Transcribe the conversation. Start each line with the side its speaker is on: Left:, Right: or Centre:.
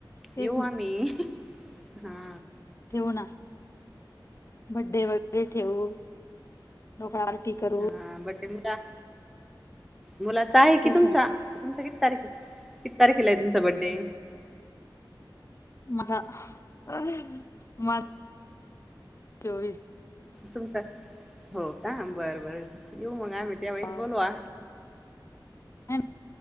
Left: तेच
Centre: येऊ
Left: ना
Centre: आम्ही. हा.
Left: ठेवू ना. बर्थडे वगैरे ठेवू, <unintelligible> आरती कर
Centre: हा बर्थडे <unintelligible> मुलाचा आहे कि
Left: तेच
Centre: तुमचा?
Left: ना
Centre: तुमच किती तारीख आहे? किती तारखेला आहे तुमचा बड्डे?
Left: <unintelligible>
Centre: तुमचा, हो का? बरं बरं, येऊ मग आम्ही. त्या वळेस
Left: मग
Centre: बोलवा.
Left: नाही ना,